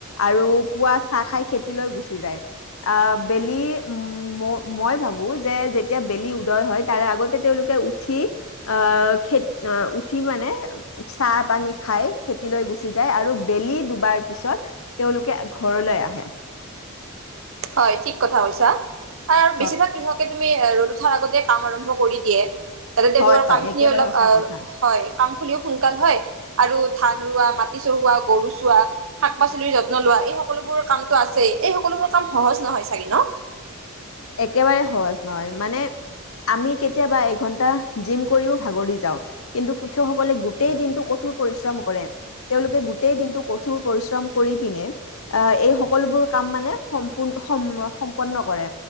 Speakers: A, on the left; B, on the right.
A: আৰু পুৱা চাহ খাই খেতিলৈ গুচি যায় আহ বেলি উ মই ভাবো যে যেতিয়া বেলি উদয় হয় তাৰে আগতে তেওঁলোকে উঠি আহ খে আহ উঠি মানে চাহ পানী খাই খেতিলৈ গুচি যায় আৰু বেলি দুবাৰ পিছত তেওঁলোকে ঘৰলৈ আহে
B: হয় ঠিক কথা কৈছা আৰু
A: হয়
B: বেছিভাগ কৃষক তুমি ৰ'দ উঠাৰ আগতে কাম আৰম্ভ কৰি দিয়ে তাতে তেওঁলোকৰ
A: হয় হয়,
B: কাম খিনি
A: একেবাৰে
B: অলপ
A: সঁচা
B: অ
A: কথা।
B: হয় কাম খিনিও সোনকাল হয় আৰু ধান ৰোৱা মাটি চহোৱা গৰু চোৱা শাক পাচলিৰ যত্ন লোৱা এই সকলোবোৰ কামতটো আছে এই সকলোবোৰ কাম সহজ নহয় চাগে ন
A: একেবাৰে সহজ নহয় মানে আমি কেতিয়াবা এঘন্টা জিম কৰিও ভাগৰি যাওঁ কিন্তু কৃষকসকলে গোটেই দিনটো কঠোৰ পৰিশ্ৰম কৰে তেওঁলোকে গোটেই দিনটো কঠোৰ পৰিশ্ৰম কৰি পিনে আহ এই সকলোবোৰ কাম মানে সম্প সম্পন্ন কৰে